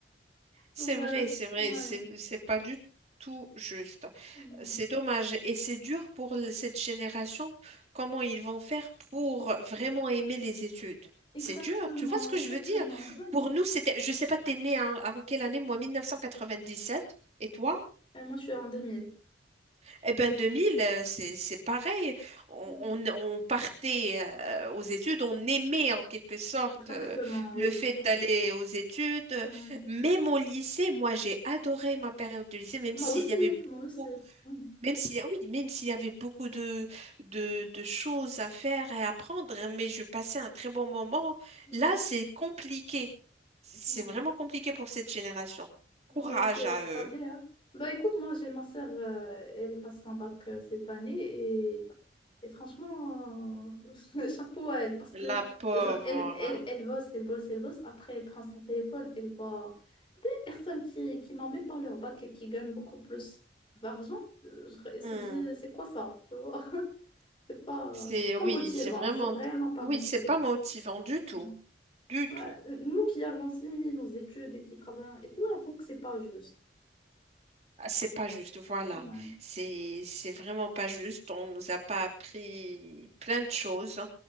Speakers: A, on the right; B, on the left.
A: C'est
B: Ouais,
A: vrai, c'est vrai,
B: ouais.
A: c'est c'est pas du tout juste.
B: non.
A: C'est dommage et c'est dur pour l- cette génération. Comment ils vont faire pour vraiment aimer les études?
B: Exactement,
A: C'est dur, tu vois ce que
B: exactement,
A: je veux dire?
B: oui.
A: Pour nous, c'était, je sais pas, t'es né en, en quelle année? Moi, 1997. Et toi?
B: Et moi, je suis en 2000.
A: Eh ben 2000, euh, c'est c'est pareil. On,
B: Ouais.
A: on- on partait euh, aux études, on aimait en quelque sorte
B: Exactement,
A: euh, le
B: oui.
A: fait
B: Ouais,
A: d'aller aux études.
B: ouais.
A: Même au lycée, moi j'ai adoré ma période de lycée, même
B: Moi
A: s'il
B: aussi,
A: y avait
B: moi aussi.
A: beaucoup,
B: Mm.
A: même s'il y a- oui, même s'il y avait beaucoup de, de, de choses à faire et à apprendre, mais je passais un très bon moment.
B: Moi
A: Là,
B: aussi.
A: c'est compliqué. C'est c'est
B: Ouais,
A: vraiment compliqué pour cette génération. Courage
B: Ouais, c'est
A: à
B: ça
A: eux,
B: l'est, hein. Bah écoute, moi, j'ai ma sœur, euh, elle passe son bac euh, cette année et, et franchement, euh, <laughs> chapeau à elle parce que
A: la pauvre.
B: genre, elle, elle, elle bosse, elle bosse, elle bosse. Après, elle prend son téléphone, elle voit personne qui, qui n'en met pas leur bac et qui gagne beaucoup plus d'argent, euh, je se
A: Hmm.
B: dis, c'est quoi ça? Tu vois? C'est pas,
A: C'est
B: c'est pas
A: oui,
B: motivant,
A: c'est vraiment
B: c'est vraiment pas
A: oui,
B: motivant.
A: c'est pas motivant du
B: Mm.
A: tout, du
B: Ouais,
A: tout.
B: euh, Nous qui avons fini nos études et qui travaillons et tout, on trouve que c'est pas juste.
A: Ah, C'est pas juste, voilà.
B: Ouais,
A: C'est c'est vraiment pas juste. On nous a pas appris plein de choses. Euh,